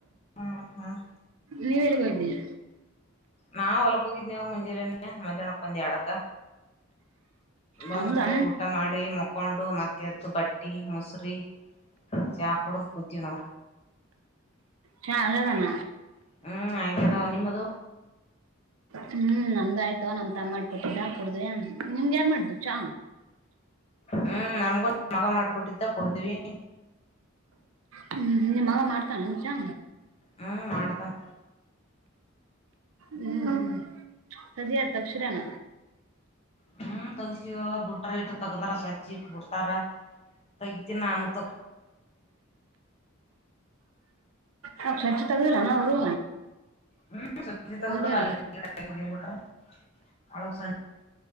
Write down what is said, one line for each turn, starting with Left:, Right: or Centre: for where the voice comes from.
Left: ಹ್ಮ್ ಹ್ಮ್
Right: ನೀವ ಎಲ್ಲಿಗೋಿದ್ದೀಯ
Left: ನಾ ಒಲಕೋಗಿದ್ದೇವು ಮುಂಜೆರ್ಣೆ ಮಣಪಂದ ಅಡಕ್ಕ ಬಂದು
Right: ಹೌದಾ
Left: ಊಟ ಮಾಡಿ ಮಕ್ಕೊಂಡು ಮತ್ತೆ ಎದ್ದು ಬಟ್ಟಿ ಮಸರಿ ಚಾಕೂಡ ಕುತೀಣ
Right: ಚಲ್ಲದಾನ
Left: ಹ್ಮ್ ಆಯ್ಕದಾವ ನಿಮ್ಮದು
Right: ಹ್ಮ್ ನಮ್ದು ಆಯ್ತವ ನಮ್ ತ ಮಾಡ್ಕೊಟ್ಟಿದ್ದಾ ಕುಡುದ್ವಿ ನಿಮ್ಗೆ ಯಾರ ಮಾಡ್ದು ಚಾ
Left: ಹ್ಮ್ ನಮ್ಗು ಮಗ ಮಾಡ್ಕೊಟ್ಟಿದ್ದ ಕೊಡತವಿ
Right: ಹ್ಮ್ ನಿಮ್ಮ ಮಗ ಮಾಡ್ತಾನ ನಿನ್ ಚ
Left: ಹ್ಮ್ ಮಾಡ್ತಾನ
Right: ಹ್ಮ್ ಸದ ತಪ್ ಶಿರಾನ
Left: ಹ್ಮ್ ತಗಸ ಬಿಟಾರ ಇಟ್ಟ ತಗದಾರ ಸಜಿ ಇಟ್ ಬಿಡ್ತಾರ ತೈತಿ ನಾಮಟ್ಟ
Right: ನಾ ಸ್ವಚ್ಛ ತಗದಿಲ್ಲ ನಾ ಅವರು
Left: ಹ್ಮ್ ಸ್ವಚ್ಛ ತಗದಲ್ಲ
Right: ಇಲ್ಲಾರ
Left: ಅಲ್ಲಿ ಬಿಟ್ರ ಒಳಗ್ ಸಣ್ಣ